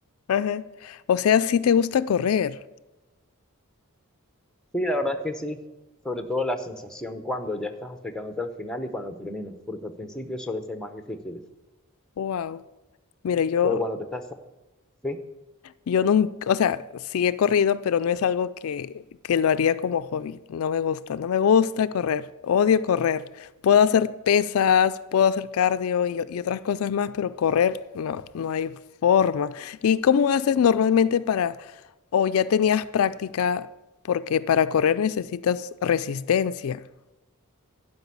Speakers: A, on the left (about 70°); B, in the centre.
A: Ajá. O sea, sí te gusta correr.
B: Sí, la verdad es que sí. Sobre todo la sensación cuando ya estás acercándote al final y cuando terminas, porque al principio suele ser más difícil.
A: Wow. Mira, yo,
B: Pero cuando te estás... Sí,
A: yo nunca, o sea, sí he corrido, pero no es algo que, que lo haría como hobby. No me gusta, no me gusta correr. Odio correr. Puedo hacer pesas, puedo hacer cardio y, y otras cosas más, pero correr, no, no hay forma. ¿Y cómo haces normalmente para, o ya tenías práctica, porque para correr necesitas resistencia?